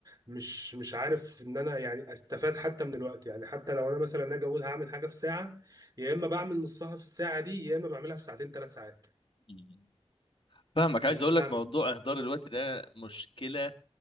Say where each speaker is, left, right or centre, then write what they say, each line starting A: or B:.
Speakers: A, on the right; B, on the left.
A: مش مش عارف ان انا يعني استفاد حتى من الوقت يعني حتى لو انا مثلا اجي اقول هعمل حاجه في ساعه يا اما بعمل نصها في الساعه دي يا اما بعملها في ساعتين ثلاث ساعات
B: مم. فاهمك عايز
A: أي-
B: اقول لك
A: اعمل
B: موضوع اهدار الوقت ده مشكله